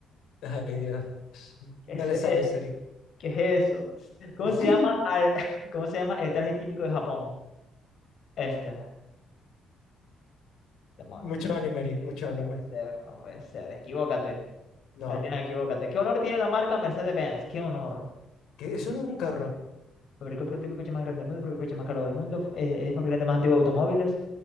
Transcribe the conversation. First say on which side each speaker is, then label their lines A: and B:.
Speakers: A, on the left (about 80°); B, on the left (about 50°).
A: Ay, Dios.
B: ¿Qué
A: No
B: es
A: le sabes,
B: él?
A: Seri.
B: ¿Qué es eso? ¿Cómo
A: <laughs>
B: se llama al... <laughs> ¿Cómo se llama el traje típico de Japón? Este. Demonios.
A: Mucho anime, Eri, mucho
B: No
A: anime.
B: puede ser, no puede ser. Equivócate.
A: No.
B: Adrián, equivócate. ¿Qué honor tiene la marca Mercedes-Benz? ¿Qué honor?
A: ¿Qué? Eso no es un carro.
B: Fabricó el prototipo de coche más grande del mundo, fabricó el coche más caro del mundo, es, es el fabricante más antiguo de automóviles.